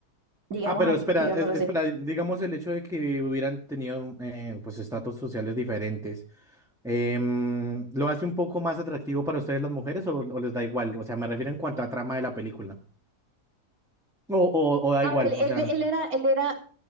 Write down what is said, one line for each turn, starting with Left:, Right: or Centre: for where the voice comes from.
Right: digamos,
Centre: Ah, pero
Right: as-
Centre: espera,
Right: digámoslo
Centre: es-
Right: así.
Centre: espera. Digamos el hecho de que hubieran tenido eh, pues estatus sociales diferentes. em, ¿lo hace un poco más atractivo para ustedes las mujeres o, o les da igual? O sea, me refiero en cuanto a trama de la película. O, o, o da
Right: A
Centre: igual,
Right: ver, él,
Centre: o sea, no.
Right: él era, él era